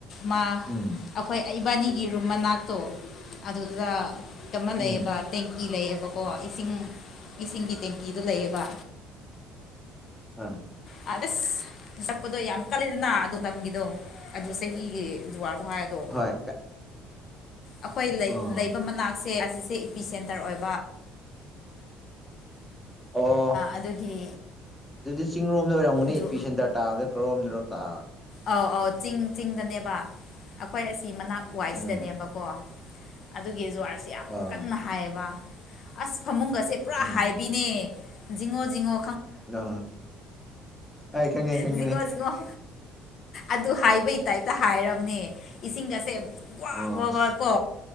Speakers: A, on the left; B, in the centre.
A: ꯃꯥ
B: ꯎꯝ
A: ꯑꯩꯈꯣꯏ ꯏꯕꯥꯅꯤꯒꯤ ꯔꯨꯝ ꯃꯅꯥꯛꯇꯣ ꯑꯗꯨꯗ ꯑꯃ
B: ꯎꯝ
A: ꯂꯩꯌꯦꯕ ꯇꯦꯡꯀꯤ ꯂꯩꯌꯦꯕꯀꯣ ꯏꯁꯤꯡ ꯏꯁꯤꯡꯒꯤ ꯇꯦꯡꯀꯤꯗꯨꯣ ꯂꯩꯌꯦꯕ
B: ꯑ
A: ꯑ ꯑꯁ ꯅꯛꯄꯗꯣ ꯌꯥꯝ ꯀꯜꯂꯤꯗꯅ ꯑꯗꯨ ꯇꯝꯒꯤꯗꯣ ꯑꯗꯨ ꯆꯍꯤꯒꯤ ꯖꯨꯋꯥꯔ ꯍꯥꯏ ꯑꯗꯣ
B: ꯍꯣꯏ
A: ꯑꯩꯈꯣꯏ ꯂꯩ
B: ꯑꯣ
A: ꯂꯩꯕ ꯃꯅꯥꯛꯇ ꯏ ꯄꯤ ꯁꯦꯟꯔ ꯑꯣꯏ
B: ꯑꯣ
A: ꯑꯗꯨꯒꯤ
B: ꯑꯗꯨꯗꯤ ꯆꯤꯡꯔꯣꯝꯗ ꯑꯣꯏꯔꯝꯒꯅꯤ
A: ꯖꯨ
B: ꯏꯄꯤ ꯁꯦꯟꯇꯔ ꯇꯥꯕꯗ ꯈꯔꯣꯝꯗꯔꯣ ꯇ
A: ꯑꯧ ꯑꯧ ꯆꯤꯡ ꯆꯤꯡꯗꯅꯦꯕ ꯑꯩꯈꯣꯏ ꯑꯁꯤ ꯃꯅꯥꯛ ꯋꯥꯏꯁꯤꯗꯅꯦꯕꯀꯣ
B: ꯎꯝ
A: ꯑꯗꯨꯒꯤ ꯖꯨꯍꯔꯁꯦ ꯌꯥꯝ
B: ꯑꯥ
A: ꯀꯟꯅ ꯍꯥꯏꯌꯦꯕ ꯑꯁ ꯐꯃꯨꯡꯒꯁꯦ ꯄꯨꯔꯥ
B: ꯎꯝ
A: ꯍꯥꯏꯕꯤꯅꯦ ꯖꯤꯉꯣ ꯖꯤꯉꯣ
B: ꯑ ꯍꯥꯏ ꯈꯉꯤ ꯈꯪꯉꯤꯅꯦ
A: ꯖꯤꯡꯉꯣ ꯖꯤꯡꯉꯣ ꯑꯗꯨ ꯍꯥꯏꯕꯩ ꯇꯥꯏꯞꯇ ꯍꯥꯏꯔꯕꯅꯦ ꯏꯁꯤꯡ ꯑꯁꯦ ꯒ꯭
B: ꯑꯣꯁ
A: ꯒ꯭ ꯒ ꯀꯣ